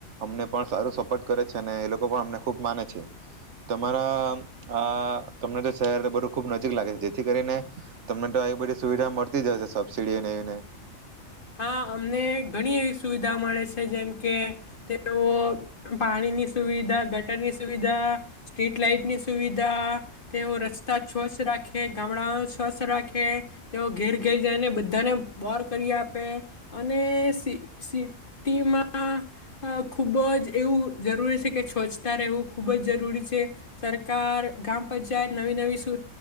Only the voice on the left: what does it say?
હા અમને ઘણી એવી સુવિધા મળે છે જેમ કે તેઓ પાણીની સુવિધા ગટરની સુવિધા સ્ટ્રીટ લાઈટની સુવિધા તેઓ રસ્તા સ્વચ્છ રાખે ગામડા સ્વચ્છ રાખે તેઓ ઘેર ઘઈ જાયને બધાને બોર કરી આપે આપે અને સ્િટીમાં ખૂબ જ એવું જરૂરી છે કે છોછતા રહેવું ખૂબ જ જરૂરી છે સરકાર ગ્રામ પંચાયત નવી નવી